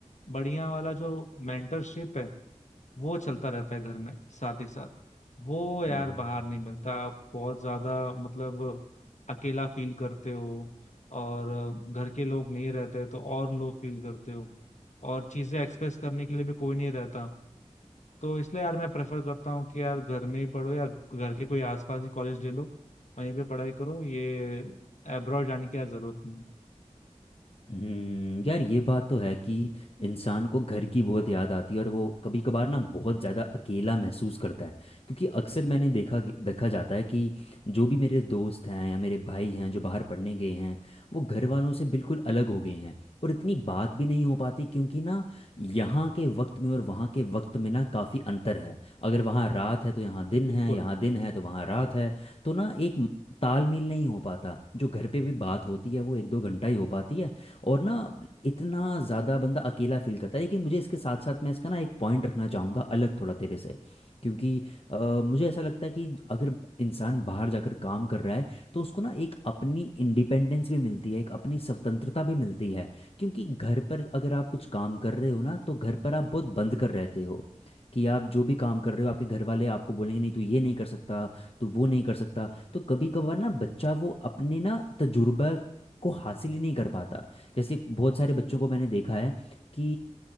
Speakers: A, on the left; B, on the left.
A: बढ़िया वाला जो मेंटरशिप है वो चलता रहता है घर में साथ ही साथ वो यार
B: हम्म।
A: बाहर नहीं मिलता आप बहुत ज्यादा मतलब अकेला फील करते हो और अ, घर के लोग नहीं रहते तो और लो फील करते हो और चीजें एक्सप्रेस करने के लिए भी कोई नहीं रहता तो इसलिए यार मैं प्रेफर करता हूँ कि यार घर में ही पढ़ो या घर के कोई आसपास ही कॉलेज ले लो वहीं पे पढ़ाई करो ये एब्रॉड जाने की यार जरूरत नहीं
B: हम्म यार ये बात तो है कि इंसान को घर की बहुत याद आती है और वो कभी कभार ना बहुत ज़्यादा अकेला महसूस करता है क्योंकि अक्सर मैंने देखा देखा जाता है कि जो भी मेरे दोस्त हैं या मेरे भाई हैं जो बाहर पढ़ने गए हैं वो घर वालों से बिल्कुल अलग हो गए हैं और इतनी बात भी नहीं हो पाती क्योंकि ना यहाँ के वक्त में और वहाँ के वक्त में ना काफ़ी अंतर है अगर वहाँ रात है तो यहाँ दिन है
A: बिल्कुल
B: यहाँ दिन है तो वहाँ रात है तो ना एक तालमेल नहीं हो पाता जो घर पे भी बात होती है वो एक दो घंटा ही हो पाती है और ना इतना ज़्यादा बंदा अकेला फील करता है लेकिन मुझे इसके साथ साथ मैं इसका ना एक पॉइंट रखना चाहूँगा अलग थोड़ा तेरे से क्योंकि अ, मुझे ऐसा लगता है कि अगर इंसान बाहर जाकर काम कर रहा है तो उसको ना एक अपनी इंडिपेंडेंस भी मिलती है एक अपनी स्वतंत्रता भी मिलती है क्योंकि घर पर अगर आप कुछ काम कर रहे हो ना तो घर पर आप बहुत बंद कर रहते हो कि आप जो भी काम कर रहे हो आपके घर वाले आपको बोलेंगे नहीं तू ये नहीं कर सकता तू वो नहीं कर सकता तो कभी कभार ना बच्चा वो अपने ना तजुर्बा को हासिल ही नहीं कर पाता जैसे बहुत सारे बच्चों को मैंने देखा है कि